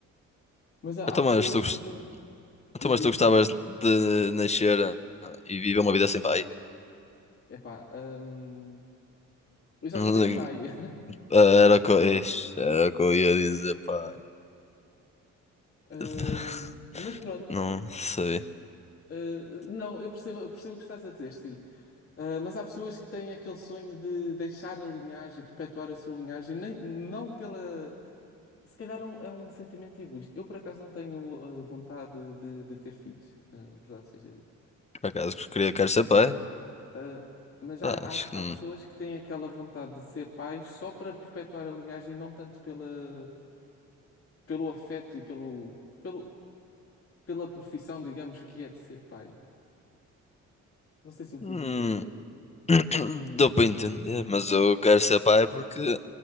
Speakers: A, on the left (about 50°); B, on the left (about 20°).
A: Mas há,
B: Então,
A: há pessoas
B: mas tu, gost-
A: que têm,
B: então,
A: diz,
B: mas
A: diz,
B: tu gostavas de nascer ah, e viver uma vida sem pai?
A: epá, hum, eu já
B: <laughs> Não-
A: não tenho pai, <laughs>
B: Era o que, eu- ixi, era o que eu ia dizer, pá.
A: Hum,
B: <laughs>
A: mas pronto,
B: Não sei.
A: uh, não, eu percebo, eu percebo o que estás a dizer, sim, Uh, mas há pessoas que têm aquele sonho de deixar a linhagem, perpetuar a sua linhagem, nem, não pela, se calhar é um, é um sentimento egoísta. Eu, por acaso, não tenho uh, vontade de, de ter filhos, uh, verdade seja dita.
B: Por acaso que queria, quero ser pai?
A: Ah, mas
B: Pá,
A: há, há,
B: acho
A: há
B: que não.
A: pessoas que têm aquela vontade de ser pais só para perpetuar a linhagem e não tanto pela, pelo afeto e pelo, pelo, pela profissão, digamos, que é de ser pai. Não sei se me fiz
B: Hum,
A: entender.
B: <coughs> <clears throat> dou para entender, mas eu quero ser pai porque,